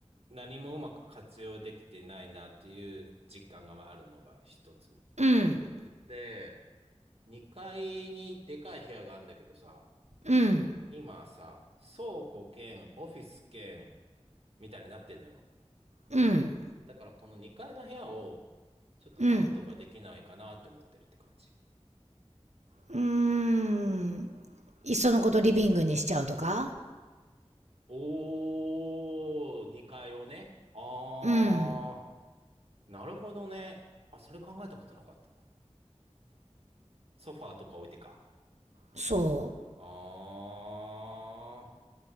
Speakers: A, on the right (about 60°); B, on the right (about 85°).
A: 何もうまく活用できてないなっていう実感があるのが一つ。
B: うん
A: で、2階にでかい部屋があるんだけどさ、
B: うん
A: 今さ、倉庫兼オフィス兼みたいになってんのよ。
B: うん
A: だからこの2階の部屋をちょっとなんとかできないかなって思ってるって感じ。
B: うんうーんいっそのことリビングにしちゃうとか
A: おー、2階をね。あ
B: うん
A: ー、なるほどね。あ、それ考えたことなかったな。ソファーとか置いてか。
B: そ
A: あ